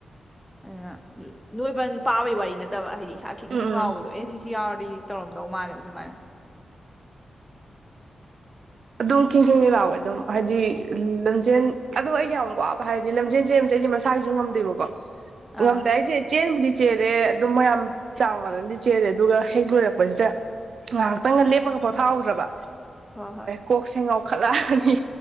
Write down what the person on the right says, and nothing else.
ꯎꯝ ꯎꯝ
ꯑꯗꯨꯝ ꯈꯤꯡꯈꯤꯡ ꯂꯥꯎꯋꯦ ꯑꯗꯨꯝ ꯍꯥꯏꯗꯤ ꯂꯝꯖꯦꯟ ꯑꯗꯣ ꯑꯩꯒꯤ ꯌꯥꯝ ꯋꯥꯕ ꯍꯥꯏꯗꯤ ꯂꯝꯖꯦꯟ ꯆꯦꯟꯕꯁꯦ ꯑꯩꯗꯤ ꯃꯁꯥꯒꯤꯁꯨ ꯉꯝꯗꯦꯕꯀꯣ
ꯉꯝꯗꯦ ꯍꯥꯏꯖꯦ ꯆꯦꯟꯕꯨꯗꯤ ꯆꯦꯜꯦ ꯑꯗꯨꯝ ꯃꯌꯥꯝ ꯆꯥꯡ ꯃꯥꯟꯅꯗꯤ ꯆꯦꯜꯂꯦ ꯑꯗꯨꯒ ꯍꯦꯛ ꯂꯣꯏꯔꯛꯄꯁꯤꯗ ꯉꯥꯏꯍꯥꯛꯇꯪꯒ ꯂꯦꯞꯄꯒ ꯄꯣꯊꯥꯍꯧꯗ꯭ꯔꯕ
ꯀꯣꯛꯆꯦ ꯉꯥꯎꯈꯠꯂꯛꯑꯅꯤ